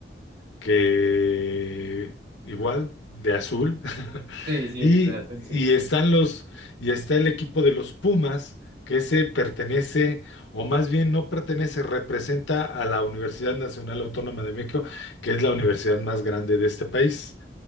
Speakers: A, on the left (about 85°); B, on the right (about 65°).
A: que igual, de azul. <laughs>
B: Sí, sí,
A: Y,
B: el Cruz Azul, sí.
A: y están los, y está el equipo de los Pumas, que ese pertenece, o más bien no pertenece, representa a la Universidad Nacional Autónoma de México, que es la universidad más grande de este país.